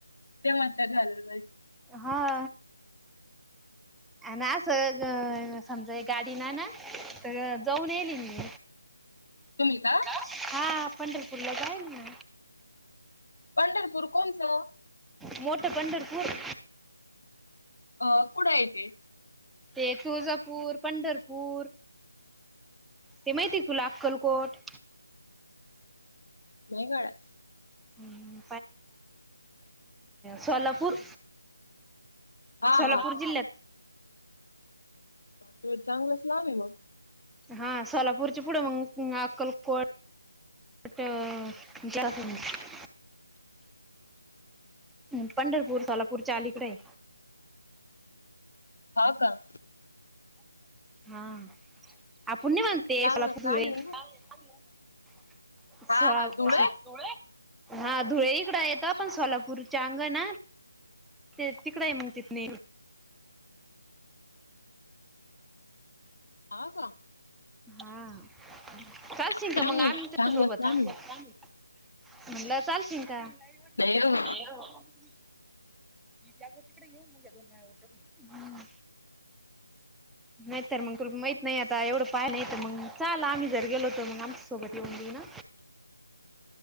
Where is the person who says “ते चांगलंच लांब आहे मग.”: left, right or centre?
Left